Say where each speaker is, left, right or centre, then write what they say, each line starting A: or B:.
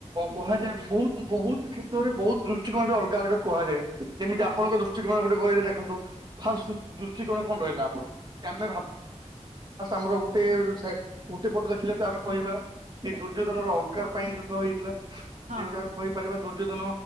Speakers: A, on the right (about 75°); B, on the right (about 35°).
A: ହୁଁ
B: କୁହାଯାଏ। ବହୁତ ବହୁ କ୍ଷେତ୍ରରେ ବହୁତ ଦୃଷ୍ଟିକୋଣରେ ଅଲଗା ଅଲଗା କୁହାଯାଏ। ଏମିତି
A: ହଁ
B: ଆପଣଙ୍କ ଦୃଷ୍ଟିକୋଣ ଗୋଟେ କହିଲେ ଦେଖନ୍ତୁ ଫାଷ୍ଟ ଦୃଷ୍ଟିକୋଣ। କଣ ରହିଲା ଆମ ଆେ ଆମ ଗ। ଗୋଟେ ଗୋଟେ ପଟ ଦେଖିଲେ ତ ଆମେ କହିବା ଏ ଦୁର୍ଯ୍ୟୋଧନ ର ଅଙ୍କାର ପାଇଁ ଯୁଦ୍ଧ ହେଇଥିଲା।
A: ହଁ
B: ଯେମିତି ଆମେ କହିପାରିବା ଦୁର୍ଯ୍ୟୋଧନ